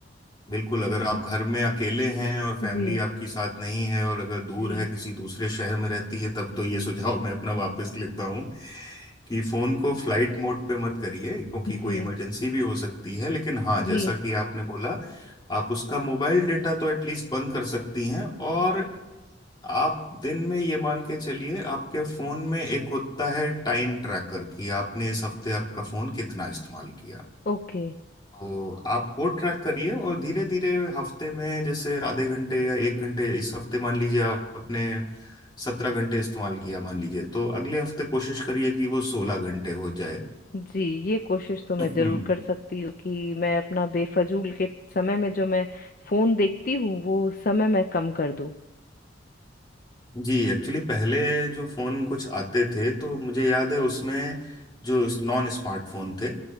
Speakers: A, on the left; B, on the left.
A: बिल्कुल अगर आप घर में अकेले हैं और फैमिली
B: जी
A: आपकी साथ नहीं है और अगर दूर
B: जी
A: है किसी दूसरे शहर में रहती है तब
B: जी
A: तो ये सुझाव मैं अपना वापस लेता हूँ कि फोन को फ्लाइट मोड पे मत करिए क्योंकि
B: जी
A: कोई इमरजेंसी भी हो सकती है लेकिन हाँ जैसा
B: जी
A: कि आपने बोला आप उसका मोबाइल डेटा तो एटलीस्ट बंद कर सकती हैं और आप दिन में ये मान के चलिए आपके फोन में एक होता है टाइम ट्रैकर कि आपने इस हफ्ते आपका फोन कितना इस्तेमाल किया
B: ओके
A: तो आप वो ट्रैक करिए और धीरे धीरे हफ्ते में जैसे आधे घंटे या एक घंटे इस हफ्ते मान लीजिए आपने सत्रह घंटे इस्तेमाल किया मान लीजिए तो अगले हफ्ते कोशिश करिए कि वो सोलह घंटे हो जाए
B: जी ये कोशिश तो मैं
A: <clears throat>
B: जरूर
A: हम्म,
B: कर सकती हूँ कि मैं अपना बेफजूल के समय में जो मैं फोन देखती हूँ वो समय मैं कम कर दूँ
A: जी एक्चुअली पहले जो फोन कुछ आते थे तो मुझे याद है उसमें जो नॉन स्मार्टफोन थे